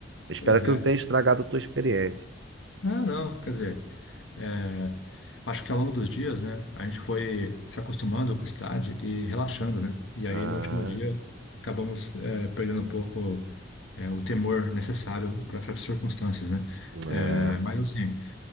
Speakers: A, on the right (about 70°); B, on the left (about 85°).
A: espero
B: Pois
A: que
B: é.
A: não tenha estragado a tua experiência.
B: Não, não, quer dizer. É, acho que ao longo dos dias, né, a gente foi se acostumando com a cidade e relaxando, né? E aí
A: Ah,
B: no último dia acabamos é, perdendo um pouco é, o temor necessário para certas circunstâncias, né?
A: é.
B: É, mas assim.